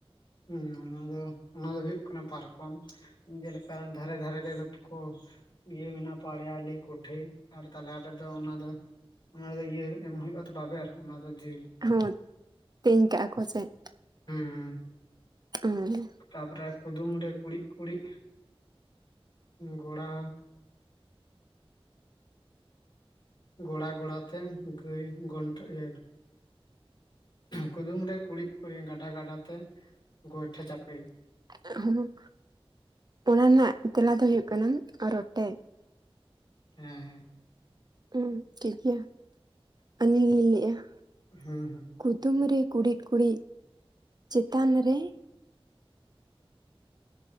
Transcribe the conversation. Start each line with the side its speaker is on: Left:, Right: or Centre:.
Left: ᱦᱮᱸ ᱚᱱᱟ ᱫᱚ, ᱚᱱᱟ ᱫᱚ ᱦᱳᱭᱳᱜ ᱠᱟᱱᱟ ᱯᱟᱨᱠᱚᱢ, ᱡᱮᱞᱮᱠᱟ ᱫᱷᱟᱨᱮ ᱫᱷᱟᱨᱮ ᱛᱮᱫᱚ ᱠᱚ ᱤᱭᱟᱹ ᱢᱮᱱᱟᱜᱼᱟ, ᱯᱟᱲᱭᱟᱞᱤ ᱠᱚᱴᱷᱮ ᱟᱨ ᱛᱟᱞᱟ ᱨᱮᱫᱚ ᱚᱱᱟ ᱫᱚ ᱚᱱᱟ ᱫᱚ ᱤᱭᱟᱹ ᱮᱢ ᱦᱳᱭᱳᱜᱼᱟ, ᱛᱚ ᱵᱟᱵᱮᱨ ᱚᱱᱟ ᱫᱚ ᱡᱮᱞ᱾
Right: ᱦᱚᱸ ᱛᱮᱧ ᱠᱟᱜᱼᱟ ᱠᱚ ᱪᱮᱜ ᱾
Left: ᱦᱮᱸ ᱦᱩᱸ ᱾
Right: ᱩᱸ
Left: ᱛᱟᱯᱚᱨᱮ ᱠᱩᱫᱩᱢ ᱨᱮ ᱠᱩᱲᱤᱫ ᱠᱩᱬᱤᱫ ᱜᱚᱲᱟ ᱜᱚᱲᱟ ᱜᱚᱲᱟᱛᱮ ᱜᱟᱹᱭ ᱜᱚᱱᱴᱮ <unintelligible> ᱠᱩᱫᱩᱢ ᱨᱮ ᱠᱩᱲᱤᱫ ᱠᱩᱲᱤᱫ ᱜᱟᱰᱟ ᱜᱟᱰᱟ ᱛᱮ ᱜᱚᱭᱴᱷᱟ ᱪᱟᱯᱮ ᱾
Right: <unintelligible> ᱚᱱᱟ ᱨᱮᱱᱟᱜ ᱛᱮᱞᱟ ᱫᱚ ᱦᱩᱭᱩᱜ ᱠᱟᱱᱟ ᱨᱚᱴᱮ ᱾
Left: ᱦᱩᱸ ᱦᱩᱸ ᱾
Right: ᱦᱩᱸ ᱴᱷᱤᱠ ᱜᱮᱭᱟ, ᱟᱹᱞᱤᱧ ᱞᱤᱧ ᱞᱟᱹᱭᱮᱜᱼᱟ
Left: ᱦᱩᱸ
Right: ᱾
Left: ᱦᱩᱸ
Right: ᱠᱩᱫᱩᱢ ᱨᱮ ᱠᱩᱲᱤᱫ ᱠᱩᱲᱤᱫ ᱪᱮᱛᱟᱱ ᱨᱮ